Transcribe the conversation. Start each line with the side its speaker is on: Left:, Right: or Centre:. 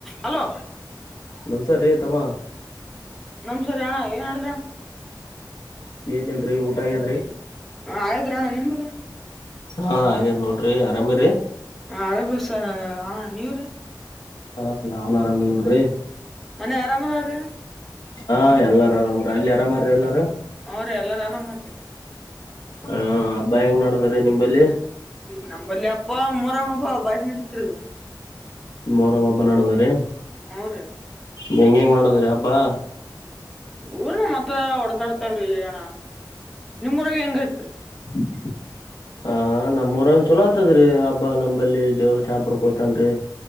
Centre: Hello
Left: ನಮ್ಸಾರೀ ತಮ್ಮ
Centre: ನಮ್ ಸರಿ ಅಣ್ಣ ಏನ್ ಆಡಿದ್ರಿ ಅಣ್ಣ
Left: ಏನಿಲ್ರಿ ಊಟಾಗ್ಯದ್ರಿ
Centre: ಹ ಆಯಿದ್ರಣ್ಣ ನಿಮ್ದು
Left: ಹಾ ಹಾಗೇದ್ ನೋಡ್ರಿ ಆರಾಮಿರಿ
Centre: ಹಾ ಅರಬ್ಸ ಹಣ ನೀವ್ರ <unintelligible>
Left: ಹಾ ನಾವ್ ಆರಾಮ ನೋಡ್ರಿ
Centre: ಮನೆ ಆರಾಮ್ ಆಗವ್ರಿ
Left: ಹಾ ಎಲ್ಲಾರು ಆರಾಮ ಅಲ್ಲಿ ಆರಾಮಾರೀ ಎಲ್ಲಾರು
Centre: ಹು ರೀ ಎಲ್ಲಾರು ಆರಾಮಿ
Left: ಹ ಹಬ್ಬಾ ಹೆಂಗ ನೋಡದ್ರ ನಿಮ್ಮಲ್ಲಿ
Centre: ನಂಬಲ್ಲಿ ಹಬ್ಬ ಮೊರಮ್ಮ ಹಬ್ಬ ಬಾರಿ ನಡೀತಿರುದು
Left: ಮರ ಹಬ್ಬ ನಡೆದದ್ರಿ
Centre: ಹು ರೀ
Left: ಹೆಂಗ ಹೆಂಗ್ ಮಾಡದ್ರಿ ಹಬ್ಬಾ
Centre: ಊರನ ಮತ್ರ ಹೊಡ್ದಾಡ್ತವ್ರಿ ಅಣ್ಣ ನಿಮ್ ಊರಾಗ್ ಹೆಂಗೈತ್ರಿ
Left: ಹ ಹ ನಮ್ೂರ ಒಂದ್ ಚಲೋ ಆತದ್ರೀ ಹಬ್ಬಾ ನಮ್ಮಲ್ಲಿ ದೇವ್ರ ಚಾಪರ್ ಕೋತನ್ರಿ